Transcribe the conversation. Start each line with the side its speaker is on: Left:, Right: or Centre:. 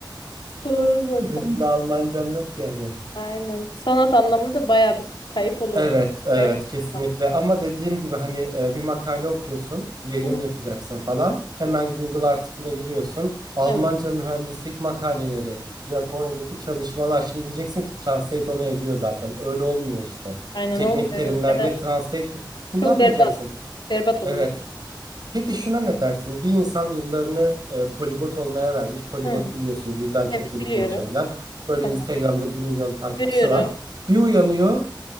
Left: <laughs> Doğru
Right: <laughs>
Left: bu arada.
Right: Benim de Almancam yok yani.
Left: Aynen. Sanat anlamında bayağı bir kayıp olurdu.
Right: Evet, evet
Left: Buraya kadar.
Right: kesinlikle ama dediğim gibi hani e, bir makale okuyorsun, yayın
Left: Hı.
Right: yapacaksın falan. Hemen Google Article'a giriyorsun. Almanca
Left: <laughs> Evet.
Right: mühendislik makaleleri, Japonya'daki çalışmalar. Şimdi diyeceksin ki Translate onu ediyor zaten. Öyle olmuyor işte.
Left: Aynen
Right: Teknik
Left: olmuyor.
Right: terimler
Left: Yok demem.
Right: bir de Translate kullanmayacaksın.
Left: Çok berbat. Berbat
Right: Evet.
Left: oluyor.
Right: Peki şuna ne dersin? Bir insan yıllarını e, poligot olmaya vermiş. Poligot
Left: Hı.
Right: biliyorsun birden çok
Left: Evet
Right: dili
Left: biliyorum.
Right: konuşabilen. Böyle
Left: Tamam.
Right: Instagram'da bir milyon takipçisi
Left: Görüyorum.
Right: var. Bir uyanıyor.